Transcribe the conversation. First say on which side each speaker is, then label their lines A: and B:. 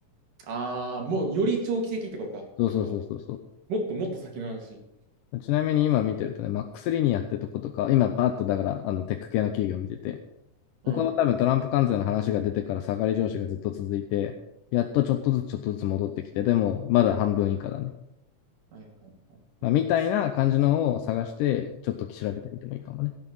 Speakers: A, on the right; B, on the left.
A: ああ、もうより長期的ってことか、ってことは。
B: そうそうそうそうそう。
A: もっともっと先の話。
B: ちなみに今見てるとね、マックス・リニアってとことか、今パッとだからあのテック系の企業を見てて、
A: うん。
B: ここの多分トランプ関税の話が出てから下がり上昇がずっと続いて、やっとちょっとずつちょっとずつ戻ってきて、でもまだ半分以下だね。
A: はいはいはい。マックス。
B: まあ、みたいな感じのを探して、ちょっと調べたりでもいいかもね。